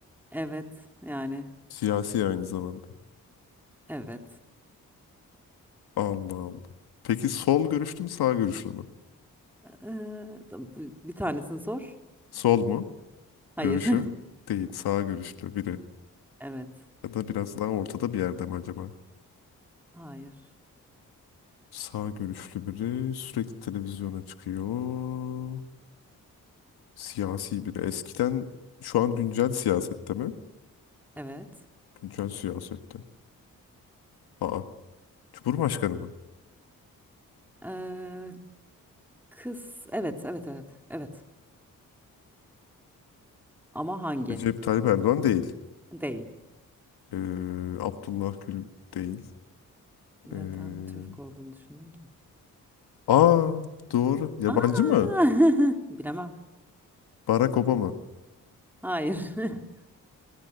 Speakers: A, in the centre; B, on the left.
A: Evet. Yani
B: Siyasi aynı zamanda.
A: evet.
B: Allah Allah. Peki sol görüşlü mü sağ görüşlü mü?
A: E, da- bu- bir tanesini sor.
B: Sol mu?
A: Hayır.
B: Görüşü
A: <laughs>
B: değil. Sağ görüşlü biri.
A: Evet.
B: Ya da biraz daha ortada bir yerde mi acaba?
A: Hayır.
B: Sağ görüşlü biri sürekli televizyona çıkıyor. Siyasi biri. Eskiden şu an güncel siyasette mi?
A: Evet.
B: Güncel siyasette. Aa. Cumhurbaşkanı mı?
A: E, kız evet evet evet evet. Ama hangi?
B: Recep Tayyip Erdoğan değil.
A: Değil.
B: Ee, Abdullah Gül değil.
A: Neden
B: Ee,
A: Türk olduğunu düşündün ki?
B: aa doğru. Yabancı
A: Aa!
B: mı?
A: <laughs> Bilemem.
B: Barack Obama.
A: Hayır. <laughs>